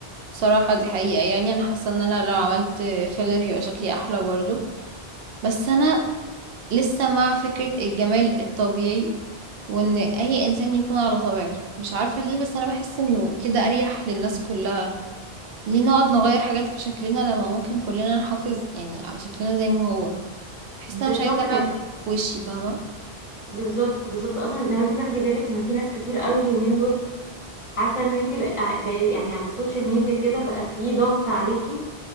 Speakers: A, on the right; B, on the left.
A: بصراحه دي حقيقه يعني انا حاسه ان انا لو عملت فيلر هيبقى شكلي احلى برضه بس انا لسه مع فكره الجمال الطبيعي وان اي انسان يكون على طبيعته مش عارفه ليه بس انا بحس انه كده اريح للناس كلها ليه نقعد نغير حاجات في شكلنا لما ممكن كلنا نحافظ يعني على شكلنا زي ما هو بحس
B: بالظبط
A: إن انا مش عايزه العب
B: كده
A: في وشي فاهمه
B: بالظبط بالظبط اصلا لو انت تاخدي بالك ان في ناس كتير قوي اليومين دول حاسه ان انت بقى, بقى يعني على السوشيال ميديا كده بقى في ضغط عليكي